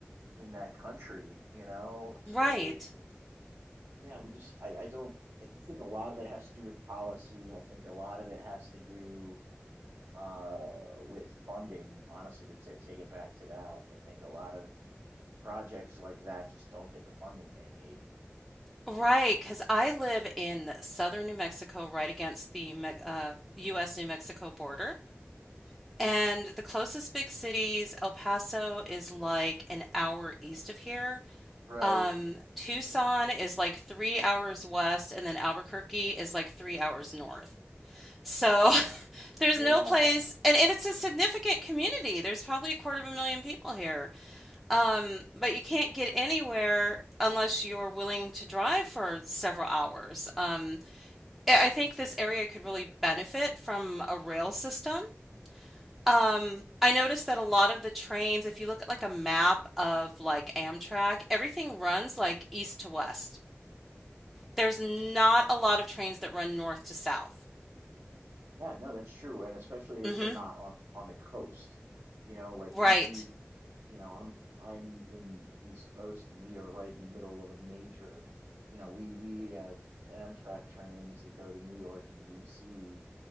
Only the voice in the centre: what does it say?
Right.
Right, because I live in southern New Mexico, right against the Me uh, U.S. New Mexico border. And the closest big cities, El Paso is like an hour east of here.
Um, Tucson is like three hours west, and then Albuquerque is like three hours north. So
<laughs> there's
no place, and, and it's a significant community. There's probably a quarter of a million people here. Um, but you can't get anywhere unless you're willing to drive for several hours. Um, I think this area could really benefit from a rail system. Um, I noticed that a lot of the trains, if you look at like a map of like Amtrak, everything runs like east to west. There's
not a lot of trains that run north to south.
hmm
Right.